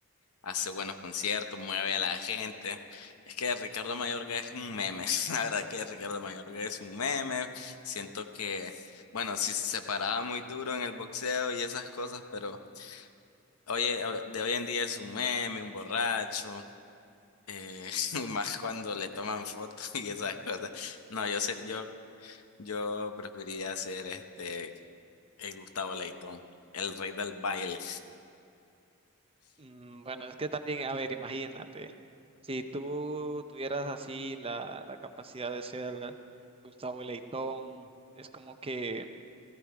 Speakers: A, on the left (about 75°); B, on the right (about 25°).
A: hace buenos conciertos, mueve a la gente. Es que Ricardo Mayorga es un meme. <laughs> La verdad que Ricardo Mayorga es un meme. Siento que, bueno, sí se paraba muy duro en el boxeo y esas cosas, pero oye, o- de hoy en día es un meme, un borracho. Eh, <laughs> y más cuando le toman fotos y esas cosas. No, yo ser, yo yo preferiría ser este eh, Gustavo Leitón, el rey del baile.
B: Mm, Bueno, es que también, a ver, imagínate, si tú tuvieras así la, la capacidad de ser Gustavo Leitón, es como que,